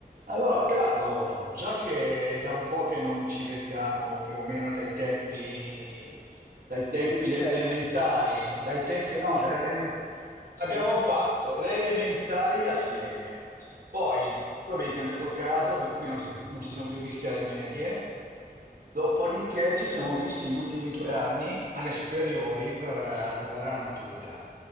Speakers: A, on the right; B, in the centre.
A: Allora, Carlo, già che è da un po' che non ci vediamo più o meno dai tempi, dai tempi
B: del liceo,
A: delle elementari, dai tempi
B: del
A: no,
B: lice-
A: delle element- abbiamo
B: de-
A: fatto le elementari assieme, poi tu avevi cambiato casa, per cui non ci, non ci siamo più visti alle medie, dopodiché ci siamo visti gli ultimi due anni alle superiori per arrivare alla maturità.